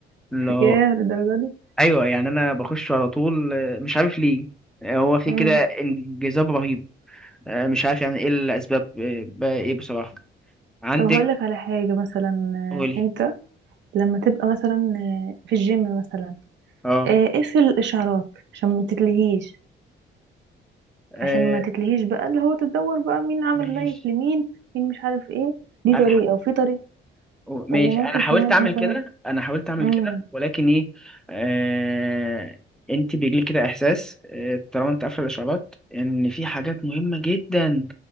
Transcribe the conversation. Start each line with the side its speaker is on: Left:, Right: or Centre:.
Centre: اللي هو
Right: ياه للدرجة دي
Centre: ايوه يعني انا بخش على طول آه، مش عارف ليه آه، هو في
Right: مم.
Centre: كده انجذاب رهيب آه، مش عارف يعني ايه الاسباب آه، بقى ايه بصراحه عندك
Right: طب هقول لك على حاجة مثلا
Centre: قولي
Right: آه، انت لما تبقى مثلا آه، في الجيم مثلا
Centre: اه
Right: آه، اقفل الاشعارات عشان ما تتلهيش
Centre: آه،
Right: عشان ما تتلهيش بقى اللي هو تدور بقى مين عمل
Centre: ماشي
Right: لايك لمين مين مش عارف ايه دي
Centre: انا
Right: طريقة وفي طريقة
Centre: ماشي
Right: وممكن
Centre: انا حاولت
Right: كمان
Centre: اعمل
Right: مثلا
Centre: كده انا حاولت اعمل
Right: امم
Centre: كده ولكن ايه آه... انت بيجيلك كده احساس آه... طالما انت قافله الاشعارات ان في حاجات مهمه جدا